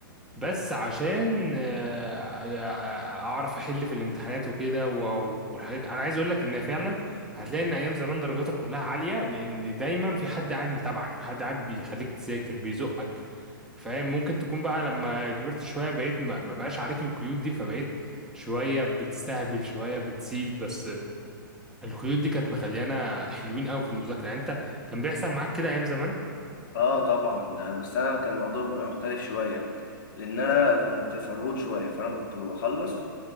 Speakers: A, in the centre; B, on the left.
A: بس عشان آه، يع- اعرف احل في الامتحانات وكده و- والحاجات دي. انا عايز اقول لك ان فعلا هتلاقي ان ايام زمان درجاتك كلها عاليه لان دايما في حد قاعد متابعك حد قاعد بيخليك تذاكر بيزقك فاهم ممكن تكون بقى لما كبرت شويه بقيت ما ما بقاش عليك القيود دي فبقيت شويه بتستهبل شويه بتسيب بس القيود دي كانت مخليانا حلوين قوي في المذاكره يعني انت كان بيحصل معاك كده ايام زمان
B: اه طبعا ده بس انا كان الموضوع بيبقى مختلف شويه لان انا كنت فرهود شويه فانا كنت بخلص